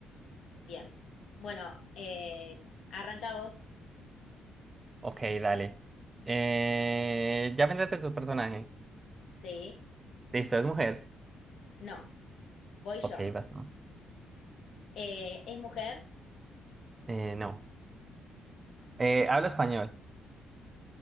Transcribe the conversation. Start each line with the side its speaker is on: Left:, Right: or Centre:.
Left: bien. Bueno, eh, arranca vos,
Right: Ok, dale. Eh, ya vendrás de tu personaje.
Left: sí,
Right: Listo, es mujer.
Left: no, voy
Right: Ok,
Left: yo.
Right: basta.
Left: Eh, ¿es mujer?
Right: Eh, no. Eh, ¿habla español?